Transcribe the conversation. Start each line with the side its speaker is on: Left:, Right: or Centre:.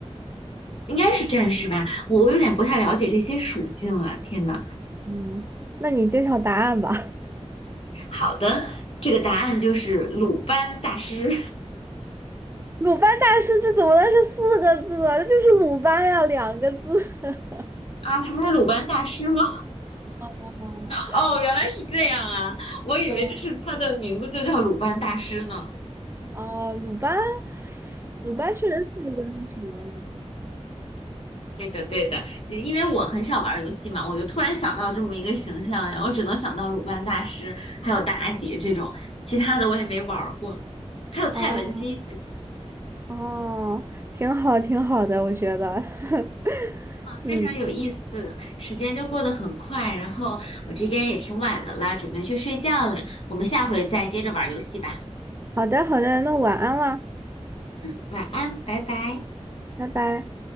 Left: 应该是战士吧？我我有点不太了解这些属性啊，天呐，
Right: 嗯，那你揭晓答案吧。<laughs>
Left: 好的，这个答案就是鲁班大师
Right: 鲁班大师这怎么能是四个字啊？这就是鲁班呀，两个字。<laughs>
Left: <laughs> 啊，这不是鲁班大师吗？
Right: 哦
Left: 哦，原来是这样啊，我以为这是他的名字就叫鲁班大师呢。
Right: 哦哦，鲁班，鲁班确实是一个历史人物。
Left: 对的，对的，因为我很少玩游戏嘛，我就突然想到这么一个形象，然后只能想到鲁班大师，还有妲己这种，其他的我也没玩过，还有蔡文姬，
Right: 哦哦，挺好挺好的，我觉得。<laughs> 嗯，
Left: 非常有意思，时间就过得很快，然后我这边也挺晚的啦，准备去睡觉了，我们下回再接着玩游戏吧。
Right: 好的好的，那晚安了，
Left: 嗯，晚安，拜拜。
Right: 拜拜。